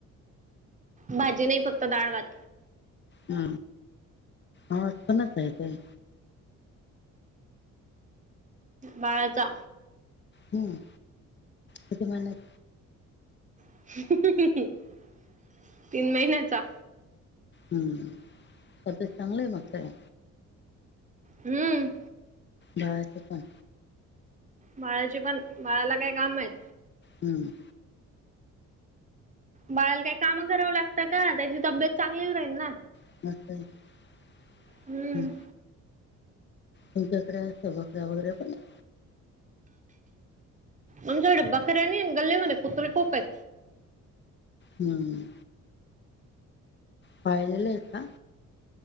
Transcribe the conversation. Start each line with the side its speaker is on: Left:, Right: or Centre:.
Right: भाजी नाही फक्त डाळ भात.
Left: हा, आवाज कोणाच येतंय.
Right: बाळाचा
Left: हम्म किती महिन्याच.
Right: <unintelligible> तीन महिन्याचा
Left: हम तब्येत चांगली मग सग
Right: हम्म
Left: बाळाचं पण
Right: बाळाचे पण, बाळाला काय काम आहेत.
Left: हम्म
Right: बाळा ला काय काम कराव लागत का? त्याची तब्येत चांगलीच राहील ना.
Left: <inaudible>
Right: हम्म
Left: हं. तुमच्याकडे अस बकऱ्या वगैरे पण आहे?
Right: आमच्याकडे बकऱ्या नाही आणि गल्लेमध्ये कुत्रे खूप आहेत.
Left: हम्म पाळलेलेत का?